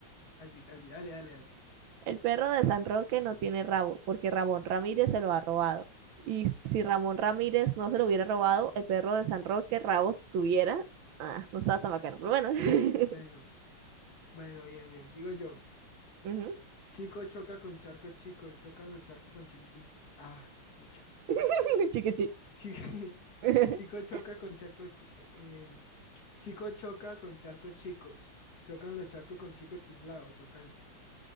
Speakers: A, on the left; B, on the right.
A: Casi, casi. Dale, dale, dale.
B: El perro de San Roque no tiene rabo, porque Ramón Ramírez se lo ha robado. Y si Ramón Ramírez no se lo hubiera robado, el perro de San Roque rabo tuviera. Ah, no estaba tan bacano, pero bueno. <laughs>
A: Bueno, bueno, bien, bien. Sigo yo.
B: Ujú.
A: Chico choca con charcos chicos, chocan los charcos con chiquichis. Ah, pucha.
B: <laughs> Chiquichi.
A: Chi- <laughs>
B: <laughs>
A: Chico, choca con charcos chi- em, chico choca con charcos chicos, chocan los charcos con chicos chiflados, chocante.